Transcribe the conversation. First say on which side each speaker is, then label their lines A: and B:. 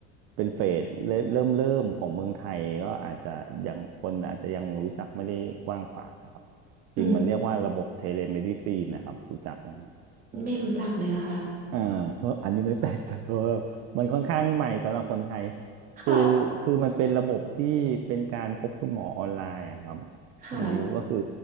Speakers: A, on the right; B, on the right.
A: เป็นเฟสเริ่มเริ่มเริ่มของเมืองไทยก็อาจจะยังคนอาจจะยังรู้จักไม่ได้กว้างขวางนะครับ
B: อืม
A: จริงมันเรียกว่าระบบเทเลเมดิซีนนะครับรู้จักไหม
B: ไม่รู้จักเลยค่ะ
A: อ่าก็อันนี้ไม่แปลกใจ <laughs> เพราะว่ามันค่อนข้างใหม่สำหรับคนไทย
B: ค่ะ
A: คือคือมันเป็นระบบที่เป็นการพบคุณหมอออนไลน์อะครับ
B: ค่ะ
A: คุณบิวก็คือ